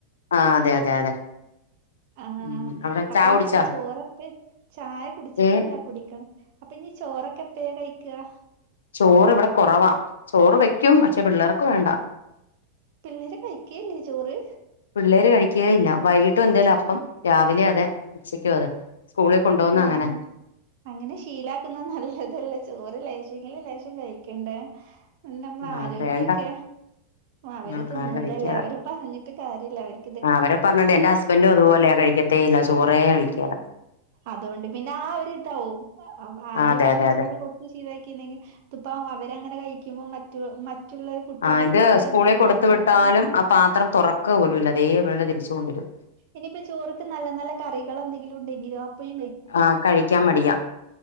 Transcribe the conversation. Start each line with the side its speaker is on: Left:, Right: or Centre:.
Left: ആഹ് അതെ, അതെ, അതെ.
Right: ആഹ്
Left: ഉം അവിടെ
Right: അപ്പ
Left: ചായ
Right: ഇനിയപ്പ
Left: കുടിച്ചാ
Right: ചോറപ്പെ ചായ കുടിച്ചിട്ടില്ല
Left: ഏ
Right: കുടിക്കണം. അപ്പ നി ചോറൊക്കെ എപ്പഴാ കഴിക്ക്യാ.
Left: ചോറ് ഇവടെ കൊറവാ. ചോറ് വെയ്ക്കും. പക്ഷെ പിള്ളേറെക്ക് വേണ്ടാ.
Right: പിള്ളേര് കഴിക്കേല്ലേ ചോറ്?
Left: പിള്ളേര് കഴിക്കേയില്ല. വൈകീട്ടും എന്തേലും അപ്പം. രാവിലെ അതെ. ഉച്ചയ്ക്കും അതെ. സ്കൂളിൽ കൊണ്ടോന്ന
Right: ആഹ്
Left: അങ്ങനെ.
Right: അങ്ങനെ ശീലാക്കുന്നത് നല്ലതല്ല. ചോറ് ലേശേങ്കിലും ലേശം കഴിക്കണ്ടേ. ഉം നമ്മെളെ
Left: ആ
Right: ആരോഗ്യക്കെ.
Left: വേണ്ട
Right: അവര്
Left: ആ
Right: തിന്നുലല്ലെ.
Left: ആ കഴിക്കേല
Right: അവരെ പറഞ്ഞിട്ട് കാര്യല്ല. അവര്.
Left: ആ അവര് പറഞ്ഞിണ്ട് എന്റെ ഹസ്ബൻഡും അതുപോലെയാ. കഴിക്കത്തേയില്ല. ചോറേ കഴിക്കേലാ.
Right: അതോണ്ട് പിന്നെ ആ ഒരിതാവും അ പ്പ ആദ്യമേ
Left: ആ അതെ
Right: നമ്മള്
Left: അതെ അതെ
Right: ചോറ്. കൊടുത്ത് ശീലാക്കിന്നെങ്കി പ്പം അവരങ്ങനെ കഴിക്കുമ്പോ മറ്റ് മറ്റുള്ളരു കുട്ടികള്
Left: ആ ഇത്
Right: അവരത്‌
Left: സ്കൂളിൽ
Right: കണ്ടാണ്ടല്ലേ
Left: കൊടുത്തു
Right: പഠിക്ക
Left: വിട്ടാലും ആ പാത്രം തൊറക്കുപോലുല്ല അതേപോല തിരിച്ചു കൊണ്ടുവരും
Right: ഇനിയിപ്പ ചോറ്ക്ക് നല്ല നല്ല കറികള ന്തെങ്കിലും ഉണ്ടെങ്കിലോ അപ്പഴു കഴി
Left: ആ കഴിക്കാ മടിയാ